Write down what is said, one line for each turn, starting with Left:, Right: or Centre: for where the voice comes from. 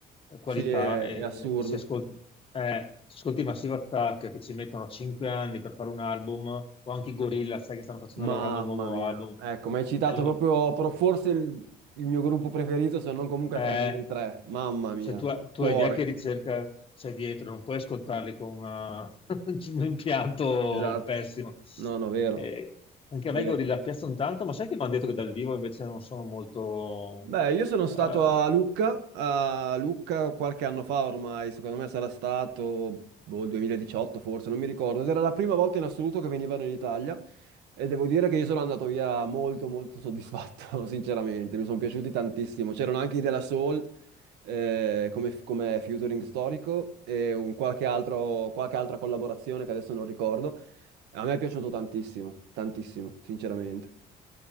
Left: eh, qualità
Right: Sì, è,
Left: e
Right: è assurdo.
Left: se ascolti, eh, se ascolti Massive Attack che ci mettono 5 anni per fare un album, o anche i Gorilla, sai che stanno facendo
Right: Mamma
Left: lavorando il nuovo
Right: mia.
Left: album,
Right: Ecco, mi hai citato
Left: allora,
Right: proprio pro- forse il, il mio gruppo preferito, se non comunque
Left: eh,
Right: tra i miei tre. Mamma mia.
Left: Cioè, tu, ha- tu
Right: Cuore.
Left: hai idea che ricerca c'è dietro, non puoi ascoltarli con una- <laughs> un impianto
Right: Esatto.
Left: pessimo.
Right: No, no, vero.
Left: Eh, anche a
Right: Vero.
Left: me i Gorilla piacciono tanto, ma sai che mi hanno detto che dal vivo invece non sono molto...
Right: Beh, io sono stato
Left: eh,
Right: a Lucca, a Lucca qualche anno fa ormai, secondo me sarà stato boh, 2018 forse, non mi ricordo. Ed Era la prima volta in assoluto che venivano in Italia e devo dire che io sono andato via molto molto soddisfatto, <laughs> sinceramente, mi sono piaciuti tantissimo. C'erano anche i della Soul eh, come, come featuring storico e un qualche altro, qualche altra collaborazione che adesso non ricordo. A me è piaciuto tantissimo, tantissimo, sinceramente.